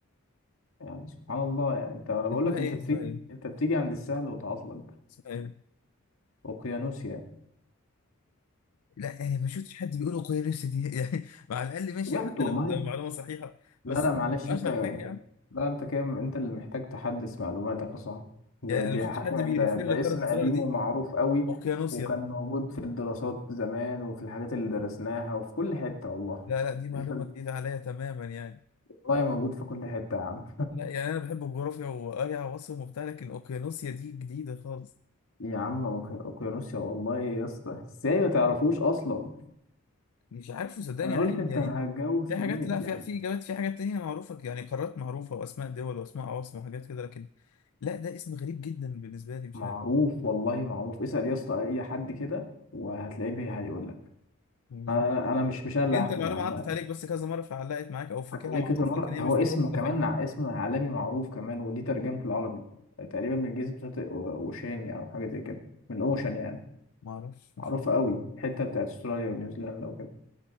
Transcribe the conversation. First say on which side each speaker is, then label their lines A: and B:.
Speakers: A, on the left (about 65°); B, on the left (about 80°).
A: يعني سبحان الله يعني انت انا بقول
B: اسمها
A: لك انت
B: ايه
A: بتيجي
B: اسمها ايه
A: انت بتيجي عند السهل وتعطل
B: اسمها ايه
A: اوقيانوسيا
B: لا يعني ما شفتش حد بيقول القويه نفسي دي <laughs> يعني مع الاقل ماشي
A: بجد
B: حتى
A: والله
B: لو لو معلومه صحيحه
A: لا
B: بس
A: لا معلش
B: مش
A: انت
B: اشهر
A: انت
B: حاجه يعني
A: لا انت كده انت اللي محتاج تحدث معلوماتك يا صاحبي ده
B: يعني انا
A: دي
B: ما شفتش
A: حاجة
B: حد بيريفير
A: ده, ده
B: لقاره
A: اسم قديم
B: استراليا دي
A: ومعروف قوي
B: اوقيانوسيا
A: وكان موجود في الدراسات زمان وفي الحاجات اللي درسناها وفي كل حتة والله
B: لا لا دي معلومه
A: انت
B: جديده عليا تماما يعني
A: والله موجود في كل حتة يا عم
B: لا يعني انا بحب الجغرافيا وقاري عواصم وبتاع لكن اوقيانوسيا دي جديده خالص
A: يا عم أوك- اوقيانوسيا والله يا اسطى ازاي ما تعرفوش اصلا
B: مش عارفه صدقني
A: انا قلت
B: عادي
A: انت
B: يعني
A: هتجاوب في
B: في حاجات
A: منت
B: لا
A: يعني
B: في في اجابات في حاجات تانية معروفه يعني قارات معروفه واسماء دول واسماء عواصم وحاجات كده لكن لا ده اسم غريب جدا بالنسبه لي مش
A: معروف
B: عارف
A: والله معروف اسأل يا اسطى اي حد كده وهتلاقيه بي- هيقول لك
B: يعني
A: انا أنا مش مش انا
B: يمكن
A: اللي هحكم
B: انت المعلومه
A: يا عم
B: عدت عليك بس كذا مره فعلقت معاك او فاكرها
A: حتى عليه
B: معروفه
A: كذا مره
B: لكن هي
A: هو
B: مش
A: اسم
B: معروفه
A: كمان
B: على فكره
A: ع- اسم عالمي معروف كمان ودي ترجمه العربي آه، تقريبا من جزيره شاطئ أو- اوشينيا او حاجه زي كده من اوشن يعني
B: ما اعرفش
A: معروفه
B: مش عارف
A: قوي الحته بتاعت استراليا ونيوزيلندا وكده